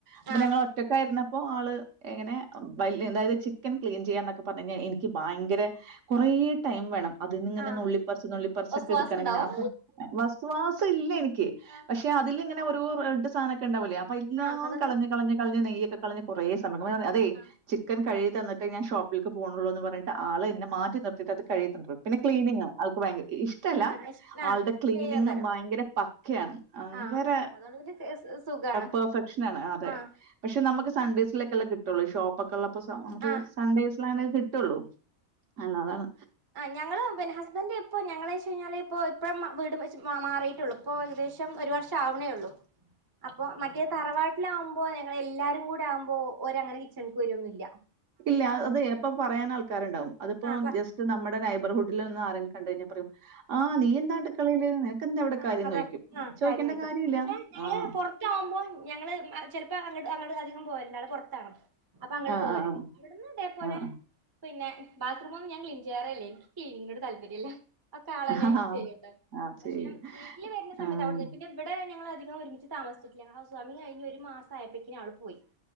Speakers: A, on the right; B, on the right.
A: അപ്പൊ
B: ആ
A: ഞങ്ങൾ ഒറ്റക്കായിരുന്നപ്പോ ആള് എങ്ങനെ വയലിനെന്തായാലും ചിക്കൻ ക്ലീൻ ചെയ്യാനോ ഇപ്പോ തന്നെ എനിക്ക് ഭയങ്കര കൊറേ ടൈം വേണം അതിന് ഇങ്ങനെ
B: ആ
A: നുള്ളിപ്പറിച്ച് നുള്ളിപ്പറിച്ചൊക്കെ
B: ഒസ്വാസ്
A: എടുക്കണങ്ങനെ
B: ഉണ്ടാവും
A: അപ്പൊ ഇപ്പോ ഇല്ല എനി ക്കെ
B: ആ
A: പക്ഷെ അതില് ഇങ്ങനെ ഒരു റണ്ട് സാധനൊക്കെ ഉണ്ടാവൂല്ലേ അപ്പ എല്ലാം
B: ആ അതൊക്കെ
A: കളഞ് കളഞ്ഞഞ് കളഞ്ഞഞ് നെയ്യ അതൊക്കെ കളഞ്ഞ് കുറേ നമ്മക്ക് <unintelligible> അതെ
B: ആ
A: ചിക്കൻ കഴി തന്നിട്ട് ഞാൻ ഷോപ്പ് ലേക്ക് പോവുളെന്നു എന്ന് പറഞ്ഞിട്ട് ആളെ എന്നെ മാറ്റി നിർ ത് കഴിയണ്ട പിന്നെ ക്ലീനിങ് ആൾക്ക് ഭയങ്ക ഇഷ്ടല്ല
B: ആ ആ
A: ആളുടെ ക്ലീനിങ്
B: ചെയ്യക്കാരം
A: ഭയങ്കര പക്കയാണ് ഭയങ്കര
B: ആ അതുകൊണ്ട് പിന്നെ സുഖാണ്
A: പെർഫെക്ഷന ആണ് അതെ
B: ആ
A: പക്ഷെ നമുക്ക് സൺഡേയ്സിലേക്കെല്ല കിട്ടുള്ളൂ ഷോപ്പ് ഒക്കെ ഉള്ളപ്പോ നമുക്ക്
B: ആ
A: സൺഡേയ് പ്ലാനൊക്കെ കി ട് ട്ടു ള്ളൂ അല്ലതാണ്
B: ആ ഞങ്ങള് പിന്നെ ഹസ്ബൻഡറ് എപ്പ ഞങ്ങള വെ കഴിഞ്ഞാല് ഇപ്പൊ ഇപ്പം വീട് മാറിട്ടുള്ളു ഇപ്പൊ ഏകദേശം ഒരു വർഷം ആവണേ ഉള്ളൂ അപ്പൊ മറ്റേ തറവാട്ടിലാവകുമ്പോ എല്ലാരും കൂടെ ആവുമ്പോ ഒരങ്ങനെ കിച്ചണക്ക് വരുംന്നുമല്ല
A: ഇല്ല അത് എപ്പ പറയൻ ആൾക്കാരുണ്ടാകും
B: ആഹ്
A: അതിപ്പോ
B: ആഹ്
A: ജസ്റ്റ് നമ്മുടെ നൈബർഹുഡിൽ നിന്ന് ആരെ കണ്ട പറയു ആഹ് നീ എന്താ അടുക്കളയില് നിനക്കെന്താ ഇവിടെ
B: ആ
A: കാര്യം?"
B: അതെ
A: ന്ന് ചോദിക്കും.
B: ആ
A: ചോദിക്കേണ്ട
B: കാര്യം നൽക്കും
A: കാര്യമില്ല.
B: പക്ഷെ ഞങ്ങള്
A: ആഹ്.
B: പുറത്ത ആകുമ്പോ ഞങ്ങള് ചിലപ്പോ അങ്ങട് അങ്ങട് അധികം പോകല പെറത്താണ് അപ്പൊ അങ്ങോട്ട്
A: ആഹ്
B: പോവാനുണ്ട്
A: ആഹ്
B: അവിടന്ന് ഇതേ പോലെ
A: ആഹ്
B: പിന്നെ ബാത്റൂം ഞാൻ ക്ലീൻ ചെയ്യാറല്ലേ എനിക്ക് ക്ലീനിനോട് താല്പര്യമല്ല ഒക്കെ
A: ആഹ്
B: ആളന്നെ
A: ആഹ്.
B: ചെയ്യട്ടെ
A: ആഹ്
B: പക്ഷെ
A: ചെയ്യും.
B: വീട്ടിൽ വരുന്ന സമയത്ത്
A: ആഹ്.
B: അവിടന്ന് പിന്നെ ഇവിടെ ഞങ്ങളെ അധികം ഒരുമിച്ച് താമിച്ചിട്ടില്ല ഞങ്ങ ഹൗസ് വാർമിംഗ് കഴിഞ്ഞ ഒരു മാസ ആയപ്പേക്കിന് ആള് പോയി